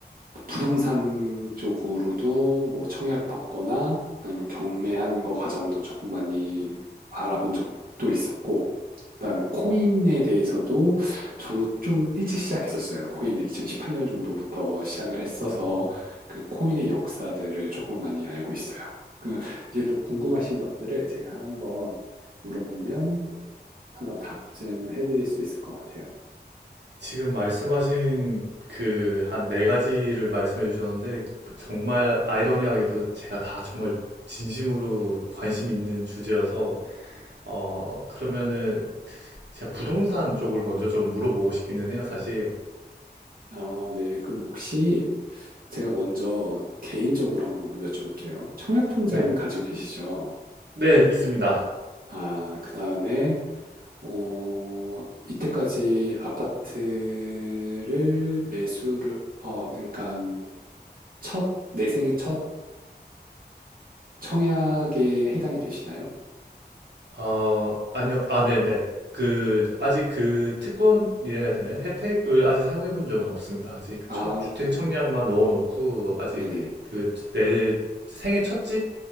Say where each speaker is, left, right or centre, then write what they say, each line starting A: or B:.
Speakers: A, on the right (about 55°); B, on the right (about 85°).
A: 부동산 쪽으로도 뭐 청약 받거나 아니면 경매하는 거 과정도 조금 많이 알아본 적도 있었고, 그다음에 코인에 대해서도 저는 좀 일찍 시작했었어요. 코인을 2018년 정도부터 시작을 했어서
B: 음.
A: 그 코인의 역사들을 조금 많이 알고 있어요. 그 이제 또 궁금하신 것들을 제가 한번 물어보면 한번 답 좀 해드릴 수 있을 것 같아요.
B: 지금 말씀하신 그 한 네 가지를 말씀해 주셨는데 정말 아이러니하게도 제가 다 정말 진심으로 관심 있는 주제여서 어 그러면은 제가 부동산 쪽을 먼저 좀 물어보고 싶기는 해요, 사실.
A: 아, 네. 그럼 혹시 제가 먼저 개인적으로 한번 여쭤볼게요. 청약 통장
B: 네.
A: 가지고 계시죠?
B: 네, 있습니다.
A: 아, 그 다음에, 어, 이때까지 아파트를 매수를, 어, 그러니까 첫, 내 생애 첫 청약에 해당이 되시나요?
B: 어, 아니요. 아, 네네. 그, 아직 그 특권이라 해야 되나요? 혜택을 아직 사용해 본 적은 없습니다. 아직
A: 아,
B: 천, 주택
A: 네-
B: 청약만 넣어놓고, 아직
A: 네네.
B: 그, 내 생애 첫집